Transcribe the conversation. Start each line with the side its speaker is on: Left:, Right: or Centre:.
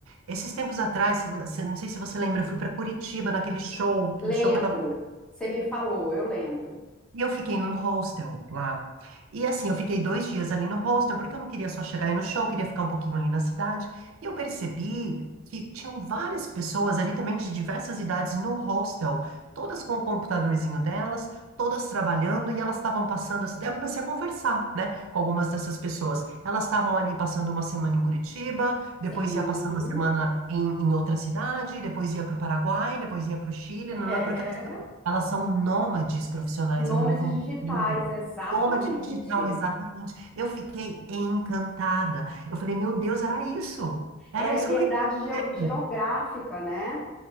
Right: esses tempos atrás, você- você- não sei se você lembra, eu fui para Curitiba naquele show, aquele
Centre: Lembro,
Right: show que eu tava
Centre: você me falou, eu lembro.
Right: e eu fiquei num hostel lá. E assim, eu fiquei dois dias ali no hostel, porque eu não queria só chegar aí no show, eu queria ficar um pouquinho ali na cidade. E eu percebi que tinham várias pessoas ali também de diversas idades no hostel, todas com o computadorzinho delas, todas trabalhando, e elas estavam passando essa. Daí eu comecei a conversar, né, com algumas dessas pessoas. Elas estavam ali passando uma semana em Curitiba, depois
Centre: Sim,
Right: ia passar uma semana em, em outra cidade, depois ia para o Paraguai, depois ia para o Chile,
Centre: É.
Right: não, porque elas elas são nômades profissionais,
Centre: nomes
Right: é um novo
Centre: digitais,
Right: mundo.
Centre: exatamente.
Right: Nômade digital, exatamente. Eu fiquei encantada. Eu falei, meu Deus, era isso. Era
Centre: É a liberdade
Right: isso que eu queria
Centre: geo-
Right: fazer.
Centre: geográfica, né?